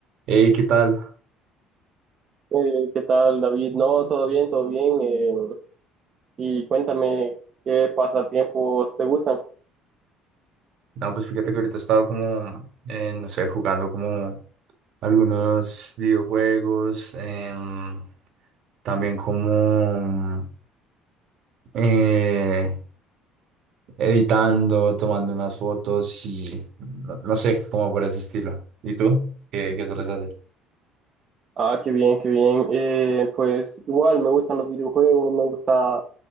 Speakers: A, on the right; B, on the right.
A: Hey, ¿qué tal?
B: Eh, ¿qué tal, David? No, todo bien, todo bien. eh, y cuéntame qué pasatiempos te gustan.
A: No, pues fíjate que ahorita estaba como, eh, no sé, jugando como algunos videojuegos, em, también como eh, editando, tomando unas fotos y no, no sé, como por ese estilo. ¿Y tú? ¿Qué, qué sueles hacer?
B: Ah, qué bien, qué bien. Eh, pues igual me gustan los videojuegos, me gusta